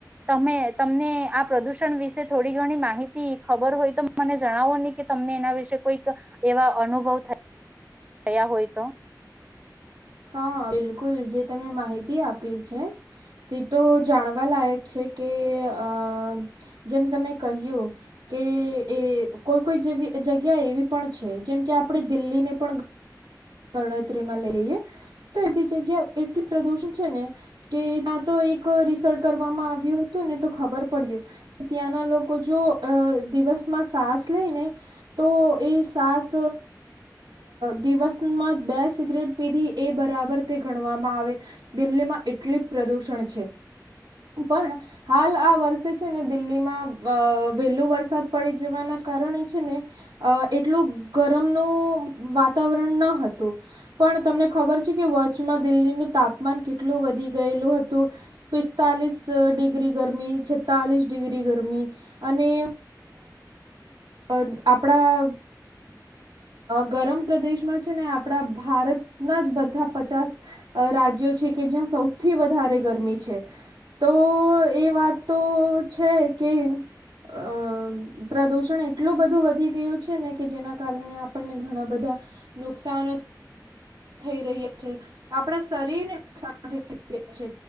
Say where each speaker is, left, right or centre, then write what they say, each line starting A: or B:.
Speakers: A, on the right (about 20°); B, on the right (about 90°).
A: તમે તમને આ પ્રદુષણ વિશે થોડી ઘણી માહિતી ખબર હોય તો <unintelligible> જણાવોને કે તમને એના વિશેે કોઈક એવા અનુભવ થાય થયા હોય તો?
B: હા, બિલકુલ જે તમે માહિતી આપી છે તે તો જાણવા લાયક છે, કે અહ જેમ તમે કહ્યું કે એ કોઈ કોઈવી જેવી જગ્યા એવી પણ છે, જેમ કે આપણે દિલ્હીને પણ ગણતરીમાં લઈ લઈએ તો એધી જગ્યા એટલી પ્રદુષણ છે ને કે ત્યા તો એક રિસર્ચ કરવામાં આવ્યું હતું ને તો ખબર પડ્યું, કે ત્યાંના લોકો જો દિવસમાં સાસ લઈ ને તો એ સાસ દિવસ બે સિગરેટ પીધી એ બરાબર તે ગણવામાં આવે, દિલ્હીમાં એટલી પ્રદુષણ છે. પણ હાલ આ વર્ષે છે ને દિલ્હીમાં વહેલો વરસાદ પડી જવાના કારણે છે ને એટલું ગરમનું વાતાવરણ ન હતું, પણ તમને ખબર છે કે વચચમાં દિલ્હીનું તાપમાન કેટલું વધી ગયેલું હતું, પિસ્તાલીસ ડિગ્રી ગરમી, છેતાલીસ ડિગ્રી ગરમી અને અહ આપડા ગરમ પ્રદેશમાં છે ને આપડા ભારતના જ બધા પચાસ રાજ્યો છે, કે જ્યાં સૌથી વધારે ગરમી છે. તો એ વાત તો છે કે અહ પ્રદુષણ એટલું બધું વધી ગયું છે ને કે જેના કારણે આપણને ઘણા બધા નુકસાન થઈ રહ્યા છે. આપડા શરીરને નુકસાન થઈ રહ્યા છે,